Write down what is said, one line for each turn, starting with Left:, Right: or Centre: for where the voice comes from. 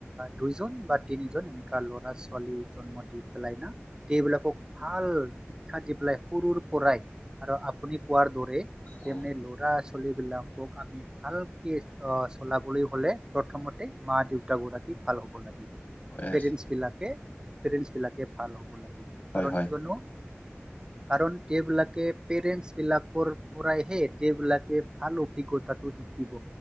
Right: দুইজন বা তিনিজন এনেকুৱা ল'ৰা ছোৱালী জন্ম দি পেলাই ন সেইবিলাকক ভাল। শিক্ষা দি পেলাই সৰুৰ পৰাই আৰু আপুনি কোৱাৰ দৰে। তেনে
Left: অ
Right: ল'ৰা চলি বিলাক ক আমি ভালকে অ চলাবলৈ হলে প্ৰথমতে মা দেউতা গৰাকী ভাল হ'ব লাগে। পেৰেন্টচ
Left: এছ
Right: বিাকে পেৰেন্ট বিলাকে ভাল হ'ব লাগিব
Left: হয়
Right: কাৰণ
Left: হয়
Right: কিয়নো। কাৰণ তেওঁবলাকে পেৰেন্টছ বিলাকৰ পৰাইহে তেওঁবিলাকে ভালো অভিজ্ঞতাটো শিকিব